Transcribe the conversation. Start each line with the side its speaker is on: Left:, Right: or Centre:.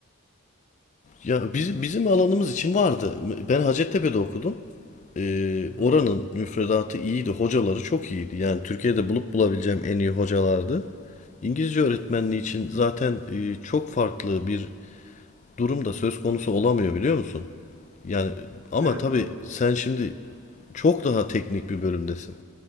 Left: Ya bizim, bizim alanımız için vardı. Ben Hacettepe'de okudum. Ee,
Right: Hı hı.
Left: oranın müfredatı iyiydi. Hocaları çok iyiydi. Yani Türkiye'de bulup bulabileceğim en iyi hocalardı. İngilizce öğretmenliği için zaten e, çok farklı bir durum da söz konusu olamıyor biliyor musun? Yani ama
Right: Evet
Left: tabii
Right: doğru.
Left: sen şimdi çok daha teknik bir bölümdesin.